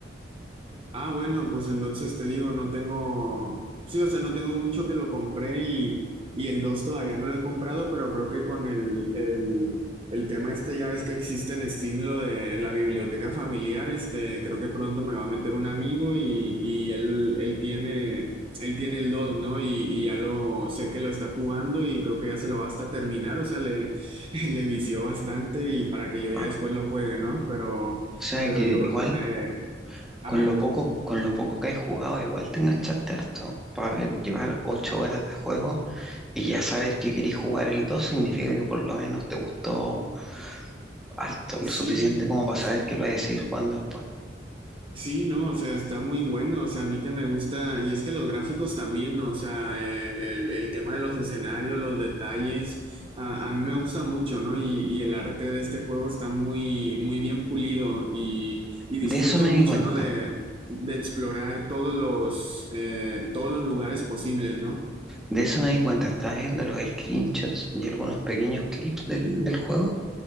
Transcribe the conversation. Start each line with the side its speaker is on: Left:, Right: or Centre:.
Right: Ah, bueno, pues entonces te digo, no tengo, sí, o sea, no tengo mucho que lo compré y, y el 2 todavía no lo he comprado, pero creo que con el, el, el tema este, ya ves que existe en Steam lo de la biblioteca familiar, este, creo que pronto me va a meter un amigo y, y él, él tiene, él tiene el 2, ¿no? Y, y ya lo, sé que lo está jugando y creo que ya se lo va hasta terminar, o sea, le, <laughs> le vició bastante y para que yo ya
Centre: Ah,
Right: después lo juegue, ¿no? Pero,
Centre: o sea
Right: pero
Centre: que
Right: yo creo
Centre: igual,
Right: que me, ajá.
Centre: con lo poco, con lo poco que has jugado, igual te enganchaste harto. Para ver, llevar ocho horas de juego y ya saber que querés jugar el 2 significa que por lo menos te gustó harto,
Right: Sí,
Centre: lo suficiente como para saber que lo vayas a seguir jugando después.
Right: sí, no, o sea, está muy bueno, o sea, a mí que me gusta, y es que los gráficos también, ¿no? o sea, eh, el, el tema de los escenarios, los detalles, a, a mí me gusta mucho, ¿no? Y, y el arte de este juego está muy, muy bien pulido y, y disfruto
Centre: De eso me
Right: mucho,
Centre: di cuenta.
Right: ¿no? De, de explorar todos los, eh, todos los lugares posibles, ¿no?
Centre: De eso me di cuenta, estaba viendo los screenshots y algunos pequeños clips del, del juego,